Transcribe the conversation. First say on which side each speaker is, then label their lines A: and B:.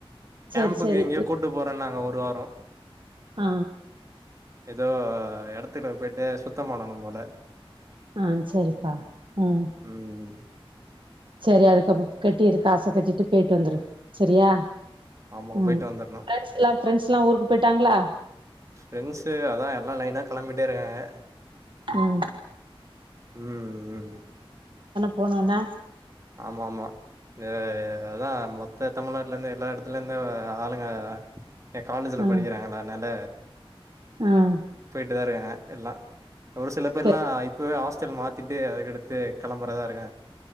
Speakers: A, on the right; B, on the right.
A: கேம்புக்கு
B: சரி சரி
A: எங்கேயோ கூட்டு போறனாங்க ஒரு வாரோ
B: ஆ
A: எதோ எடத்துகுள்ள போய்ட்டு சுத்தம் பண்ணனும் போல
B: ஆ சரிப்பா ம்
A: ம்
B: சரி அதுக்கப்போ கட்டிரு காச கட்டிட்டு போயிட்டு வந்துரு சரியா
A: ஆமா
B: ம்
A: போயிட்டு வந்துர்ணு
B: ஃப்ரெண்ட்ஸ்லா ஃப்ரெண்ட்ஸ்லா ஊருக்கு போயிட்டாங்களா
A: ஃப்ரெண்ட்ஸு அதா எல்லா லைனா கெளம்பிட்டே இருக்காங்க
B: ம்
A: ம் ம்
B: போண ஒண்ண
A: ஆமாமா இத அதா மொத்த தமிழ்நாட்டுலந்து எல்லா எடத்துல இந்து ஆளுங்க என் காலேஜில
B: ம்
A: படிக்கிறாங்கள்ள அதனால
B: ம்
A: போயிட்டுதா இருக்க எல்லா ஒரு சில பேர்ல்லா
B: சரி
A: இப்பவே ஆஸ் டல் மாத்திட்டு அதுகடுத்து கெளம்பறதா இருக்க